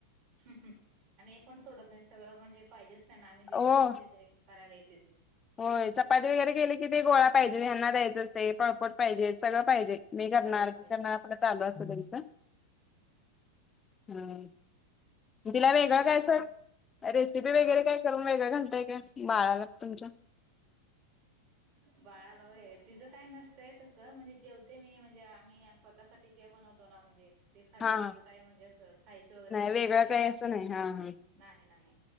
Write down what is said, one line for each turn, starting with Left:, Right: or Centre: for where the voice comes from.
Right: आणि हे पण सोडत नइत सगळं म्हणजे पाहिजेच तेंना आमी जे
Left: हो
Right: करतो ते ते करायला येताते
Left: होय चपाती वगैरे केली की ते गोळा पाइजे हेंना द्यायचंच ते पाळपोट पाइजे सगळं पाइजे मी करणार
Right: सगळं पाहिजे
Left: करणार आपलं चालू असत तेंचं हम तिला वेगळं
Right: माझी
Left: काय
Right: पण
Left: अस
Right: मो
Left: रेसिपी
Right: हा
Left: वगैरे काय करुन वेगळं घालताय काय बाळाला तुमच्या <inaudible>
Right: बाळाला होय तिज काय नसतंय तसं म्हणजे जेवतेे मी म्हणजे आमी स्वतःसाटी जे बणवतो ना म्हणजे ते खाते
Left: हा
Right: तिज
Left: हा
Right: काय म्हणजे असं खायचं वगैरे काय
Left: वेगळं
Right: नाही
Left: काही असं नाही हा हा
Right: नाही नाही